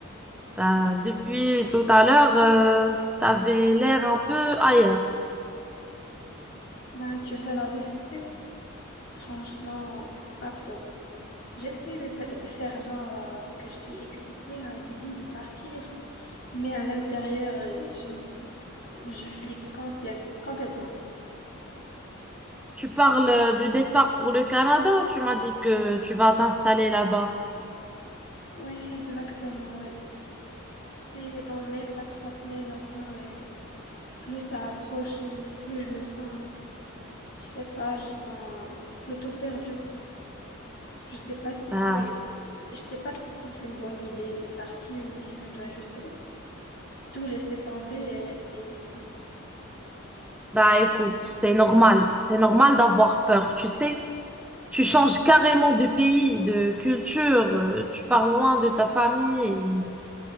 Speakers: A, in the centre; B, on the left.
A: Bah, depuis tout à l'heure, euh, t'avais l'air un peu ailleurs.
B: Bah, tu veux la vérité? Franchement, pas trop. J'essaie de, fa- de faire genre euh, que je suis excitée à l'idée de partir, mais à l'intérieur, euh, je, je flippe complè- complètement.
A: Tu parles euh, du départ pour le Canada ou tu m'as dit que tu vas t'installer là-bas?
B: Oui, exactement, oui. C'est dans même pas trois semaines maintenant et plus ça approche, euh, plus je me sens, je sais pas, je sens plutôt perdue. Je sais pas si
A: Bah,
B: c'est, je sais pas si c'est une bonne idée de partir ou bien je dois juste tout laisser tomber et rester ici.
A: bah écoute, c'est normal. C'est normal d'avoir peur, tu sais. Tu changes carrément de pays, de culture, euh, tu pars loin de ta famille